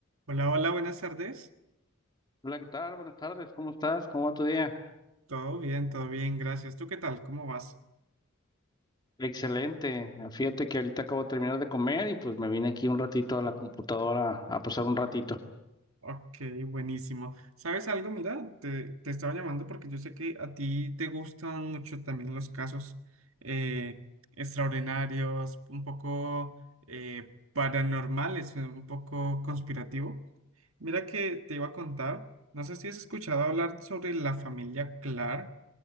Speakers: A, on the right; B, on the left.
A: Hola, hola, buenas tardes.
B: Hola, ¿qué tal? Buenas tardes, ¿cómo estás? ¿Cómo va tu día?
A: Todo bien, todo bien, gracias. ¿Tú qué tal? ¿Cómo vas?
B: Excelente. Fíjate que ahorita acabo de terminar de comer y pues me vine aquí un ratito a la computadora a pasar un ratito.
A: Ok, buenísimo. ¿Sabes algo? Mira, te, te estaba llamando porque yo sé que a ti te gustan mucho también los casos eh, extraordinarios, un poco eh, paranormales, un poco conspirativo. Mira que te iba a contar, no sé si has escuchado hablar sobre la familia Clark.